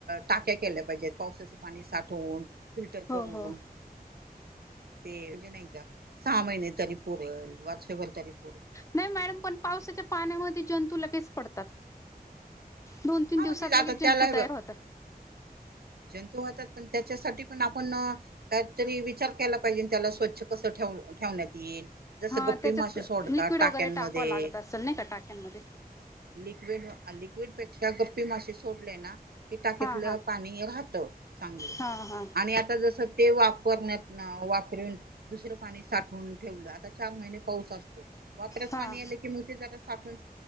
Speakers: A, on the right (about 75°); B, on the left (about 20°).
A: टाक्या केल्या पाहिजेत पावसाच पाणी साठवून फिलर
B: हो
A: करून
B: हो
A: ते म्हणजे नाही का सहा महि तरीपूर वारषबल तरीपू
B: नाही मॅडम पण पावसाच्या पाण्यामध्ये जंतू लगेच पडतात दोन तीन
A: हा
B: दिवसात
A: म्हणजे आता
B: लगेच जंतू
A: त्याला
B: तयार होतात.
A: जंतू होतात पण त्याच्यासाठी पण आप पण काहीतरी विचार केला पाहिजे त्याला स्वच्छ कसे ठेवण्यात येईल जसं
B: हा
A: गप्पी
B: त्याच्यात
A: मासे सोडतात
B: लिक्विड
A: टाक्यांमध्ये
B: वगैरे टाकवा लागत असेल नाही का टाक्यांमध्ये
A: लिकविड लिकविड बे श गप्पी मासे सोडल्या ना क टाक्यातलं
B: हा हा
A: पाणी राहत चांगलं
B: हा हा
A: आणि आता जस ते वापरण्यात वापरून दुसरं पाणी साठवून ठेवलं आता चार महिने पाऊस असतो वापरात
B: हा
A: पाणी आलं की मग ते जरा साठून